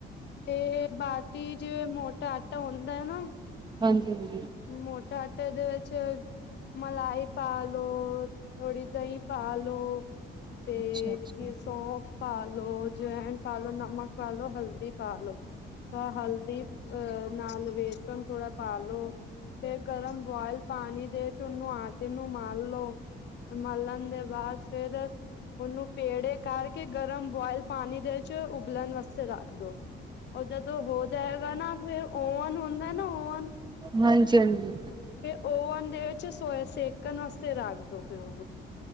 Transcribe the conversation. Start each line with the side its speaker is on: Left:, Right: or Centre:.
Left: ਇਹ ਬਾਟੀ ਜਿ ਮੋਟਾ ਆਟਾ ਹੁੰਦਾ ਹੈ। ਨਾ
Right: ਹਾਂਜੀ-ਹਾਂਜੀ।
Left: ਮੋਟਾ ਆਟੇ ਦੇ ਵਿੱਚ ਮਲਾਈ ਪਾ ਲੋ ਥੋੜੀ ਦਹੀਂ ਪਾ ਲੋ ਤੇ
Right: ਅੱਛਾ-ਅੱਛਾ-ਅੱਛਾ-ਅੱਛਾ।
Left: ਕੀ ਸੌਫ ਪਾਲੋ, ਜਵੈਨ ਪਾਲੋ, ਨਮਕ ਪਾਲੋ, ਹਲਦੀ ਦੀ ਪਾਲੋ ਹਲਦੀ ਆਹ ਨਾਲ ਬੇਸਣ ਥੋੜਾ ਪਾਲੋ। ਫੇਰ, ਗਰਮ ਬੁਆਇਲ ਪਾਣੀ ਦੇ ਚੁ ਨਆ ਏਨੂੰ ਮਲ ਲੋੋ ਮਾਲਣ ਦੇ ਬਾਅਦ ਫੇਰ ਉਹਨੂੰ ਪੇੜੇ ਕਰਕੇ ਗਰਮ ਬੁਆਇਲ ਪਾਣੀ ਦੇ ਵਿੱਚ ਉਬਲਣ ਵਾਸਤੇ ਰੱਖ ਦੋ ਉਹ ਜਦੋਂ ਹੋ ਜਾਏਗਾ, ਨਾ ਫੇਰ ਓਨ ਹੁੰਦਾ ਨਾ ਓਨ
Right: ਹਾਂਜੀ-ਹਾਂਜੀ।
Left: ਫਿਰ ਓਵਨ ਦੇ ਵਿੱਚ ਸੋਏ ਸੇਕਣ ਵਾਸਤੇ ਰੱਖ ਦੋ ਫੇਰ ਉਹਨੂੰ।